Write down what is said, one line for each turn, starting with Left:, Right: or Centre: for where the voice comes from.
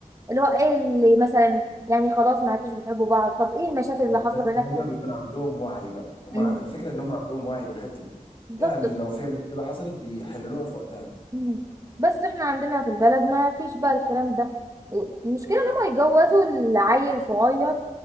Right: اللي هو ايه اللي مثلا يعني خلاص ما عدتوش بتحبوا بعض طب ايه المشاكل اللي
Left: بس
Right: حاصله بينكم
Left: هم بيكون عندهم وعي بقى هم
Right: مم.
Left: ع- الفكرة ان هم عندهم وعي بالحتة دي
Right: بالظبط
Left: يعني لو في مشكلة حصلت بيحلوها في وقتها
Right: مم. بس احنا عندنا في البلد ما فيش بقى الكلام ده المشكله ان هم يتجوزوا العيل صغير